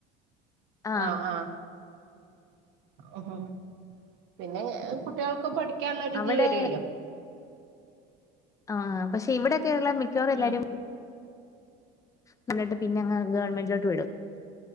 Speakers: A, on the left; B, on the right.
A: ആഹ്
B: ആ.. ആ.. ഉ പിന്നെ കുട്ടികൾക്ക് പഠിക്കാനുള്ളരിത്
A: അവിടെ
B: വരുല്ലോ.
A: ആഹ പക്ഷെ ഇവിടെക്കെയുള്ള മിക്കവാർ എല്ലാരും..
B: ഉം
A: കണ്ടിട്ട് പിന്നെങ്ങ് ഗവണ്മെന്റിലോട്ട് വിടും..